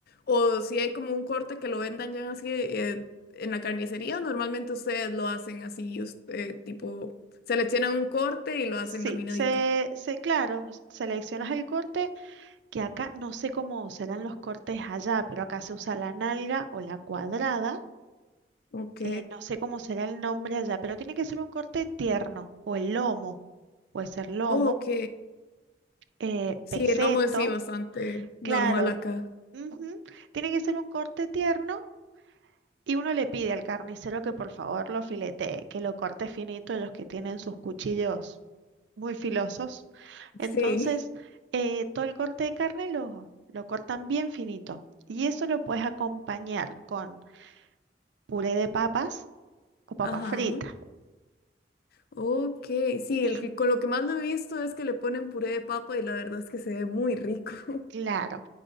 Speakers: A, on the left; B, on the right.
A: O si hay como un corte que lo vendan ya así eh, en la carnicería, normalmente ustedes lo hacen así, us- eh, tipo, seleccionan un corte y lo hacen
B: Sí,
A: laminadito.
B: se, se, claro, seleccionas el corte que acá no sé cómo serán los cortes allá, pero acá se usa la nalga o la cuadrada.
A: Ok,
B: eh, no sé cómo será el nombre allá, pero tiene que ser un corte tierno o el lomo, puede ser lomo,
A: ok.
B: eh,
A: Sí,
B: peseto,
A: el lomo es sí bastante normal
B: claro.
A: acá.
B: ujú, Tiene que ser un corte tierno y uno le pide al carnicero que por favor lo filetee, que lo corte finito ellos que tienen sus cuchillos muy filosos. Entonces,
A: Sí,
B: eh, todo el corte de carne lo, lo cortan bien finito y eso lo puedes acompañar con puré de papas o papas
A: ajá.
B: fritas.
A: Ok, sí,
B: Y,
A: el con lo que más lo he visto es que le ponen puré de papa y la verdad es que se ve muy rico. <laughs>
B: claro,